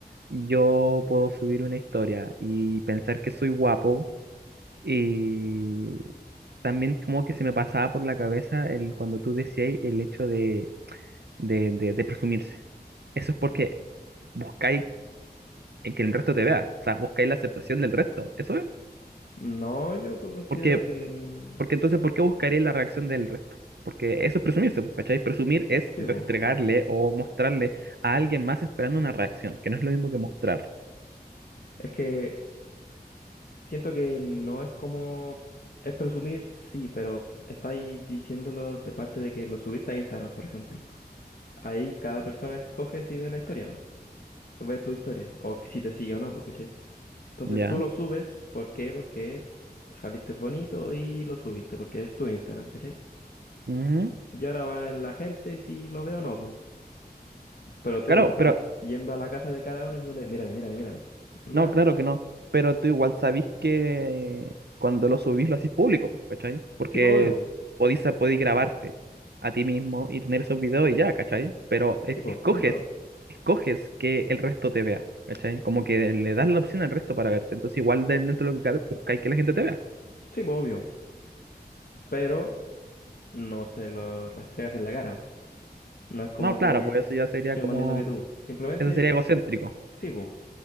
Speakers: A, on the right; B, on the left.
A: yo puedo subir una historia y pensar que soy guapo y también como que se me pasaba por la cabeza el, cuando tú decías el hecho de, de, de, de presumirse. Eso es porque buscáis el que el resto te vea, o sea, buscáis la aceptación del resto, ¿eso es?
B: No, yo pues, considero
A: Porque,
B: que, mm,
A: porque entonces, ¿por qué buscaré la reacción del resto? Porque eso es presumirse, pues, ¿cachai? Presumir es
B: sí,
A: restregarle
B: po.
A: o mostrarle a alguien más esperando una reacción, que no es lo mismo que mostrar.
B: Es que siento que no es como, es presumir, sí, pero estáis diciéndolo de parte de que lo subiste a Instagram, por ejemplo. Ahí cada persona escoge si ve la historia, o ve tu historia, o si te sigue o no, po, ¿cachai? Entonces
A: ¿Ya?
B: tú lo subes, ¿por qué? Porque saliste bonito y lo subiste, porque es tu Instagram, ¿cachai?
A: Ujú.
B: Y ahora va en la gente si lo veo o no, pu. Pero tú
A: Claro,
B: no estás
A: pero,
B: yendo a la casa de cada uno diciéndole, mírame, mírame, mírame. No
A: no,
B: es
A: claro
B: así.
A: que no. Pero tú igual sabís que cuando lo subís lo hacís público, pues, ¿cachai? Porque
B: Sí, pues obvio, pu.
A: podís, podís grabarte a ti mismo y tener esos videos y ya, ¿cachai? Pero es-
B: sí, pues,
A: escoges
B: pero,
A: coges que el resto te vea, ¿cachai? Como que le das la opción al resto para verte. Entonces, igual de- dentro de lo que cabe, buscáis que la gente te vea.
B: sí, pues obvio, pero no se lo restregas en la cara, pu. No es como
A: No,
B: que
A: claro, pues eso ya sería
B: soy
A: como,
B: más lindo que tú. Simplemente,
A: eso sería egocéntrico.
B: sí, pues,